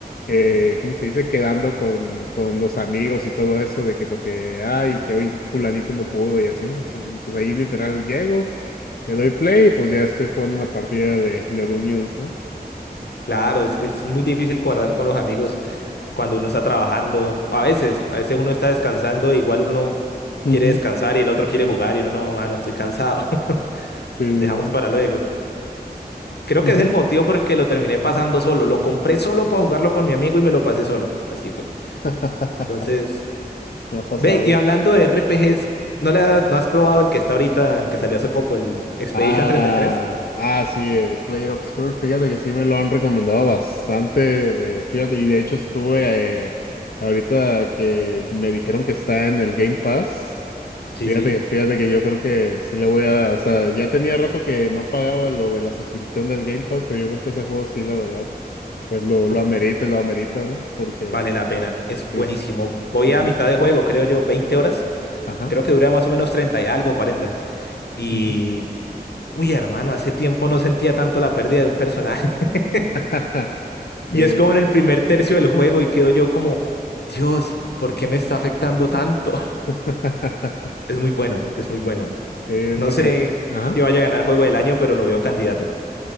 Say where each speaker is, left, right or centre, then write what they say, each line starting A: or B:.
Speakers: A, on the left; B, on the left.
A: eh, ¿cómo se dice? Quedando con, con los amigos y todo eso, de que porque, ay, que hoy fulanito no pudo y así, o sea, y pues ahí literal llego, le doy play y pues ya estoy jugando una partida de, de Dungeons, ¿no?
B: claro. Es, es muy difícil guardar con los amigos cuando uno está trabajando. O a veces, a veces uno está descansando, igual uno no
A: Ujú.
B: quiere descansar y el otro quiere jugar y uno no, ah, no, estoy cansado. <laughs>
A: Sí, sí,
B: Dejamos
A: sí.
B: para luego. Creo
A: Ujú.
B: que es el motivo por el que lo terminé pasando solo. Lo compré solo para jugarlo con mi amigo y me lo pasé solo. Así fue.
A: <laughs>
B: Entonces,
A: Me ha pasado.
B: Ve, y hablando de RPGs, ¿no le has, no has probado el que está ahorita, que salió hace poco, el Expedition
A: Ah,
B: 33?
A: ah, sí, el Clay Obscur Fíjate que sí me lo han recomendado bastante. eh, fíjate, y de hecho estuve eh, ahorita que me dijeron que está en el Game Pass.
B: Sí,
A: Fíjate,
B: sí.
A: fíjate que yo creo que sí le voy a dar, o sea, ya tenía rato que no pagaba lo de la suscripción del Game Pass, pero yo creo que ese juego sí, la verdad, pues lo, lo
B: Uf,
A: amerita, lo amerita, ¿no? Porque
B: vale la pena. Es buenísimo.
A: es,
B: Voy
A: sí,
B: a
A: sí,
B: mitad de juego, creo yo, 20 horas.
A: ajá,
B: Creo que dura más o menos 30 y algo, 40. Y...
A: ujú.
B: Uy, hermano, hace tiempo no sentía tanto la pérdida de un personaje. <laughs>
A: <laughs>
B: Y
A: Sí,
B: es como
A: sí.
B: en el primer tercio del juego y quedo yo como, Dios, ¿por qué me está afectando tanto?
A: <laughs>
B: Es muy bueno, es muy bueno.
A: Sí, es
B: No
A: lo
B: sé
A: que, ajá.
B: si vaya a ganar juego del año, pero lo veo candidato.